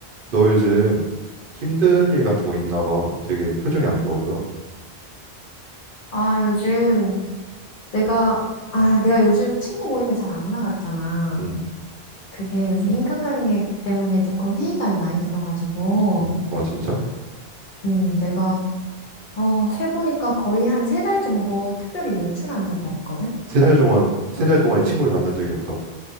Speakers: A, on the right; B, on the left.
A: 너 요즘 힘든 일 같은 거 있나 봐. 되게 표정이 안 좋아 보여.
B: 아, 요즘 내가, 아, 내가 요즘 친구 모임에 잘 안 나갔잖아.
A: 음,
B: 그게 요즘 인간관계 때문에 조금 회의감이 많이 들어가지고,
A: 음, 아 진짜?
B: 음, 내가, 어, 세보니까 거의 한 세 달 정도 특별히 외출한 적이 없거든?
A: 세 달 동안 세 달 동안 이 친구를 만난 적이 없다고?